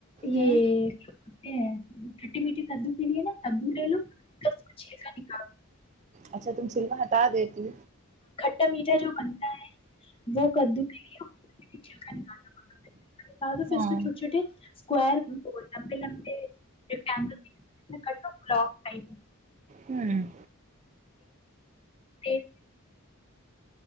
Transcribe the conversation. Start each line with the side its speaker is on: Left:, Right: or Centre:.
Left: یہ
Right: ہ
Left: کیا کہتے ہیں کھٹے میٹھے کدو کے لیے نا کدو لے لو ک چھیلکا نکالو
Right: اچھا تم سلوا ہٹا دیتی
Left: چٹا میٹھا جو بنتا ہے وہ کدو کے لیےل کا نکالنا پڑتا ہے تو ف
Right: ہاں
Left: اس چھٹ چھوے اسکور لمبے لمبے ریکٹینگل بک ٹ
Right: ہوں
Left: ہ